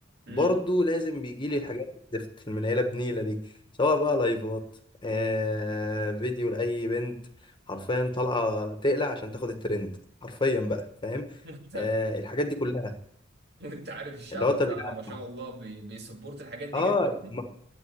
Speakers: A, on the right (about 55°); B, on the left (about 25°).
A: امم
B: برضو لازم بيجي لي الحاجات الزفت المنيله بنيله دي سواء بقى لايفات آه فيديو لاي بنت حرفيا طالعه تقلع عشان تاخد الترند حرفيا بقى فاهم
A: <laughs> وانت
B: آه الحاجات دي كلها
A: وانت عارف الشعب
B: اللي هو طب
A: بتاعنا
B: يا-
A: ما شاء الله بي... بيسبورت الحاجات دي
B: اه
A: جدا
B: ما,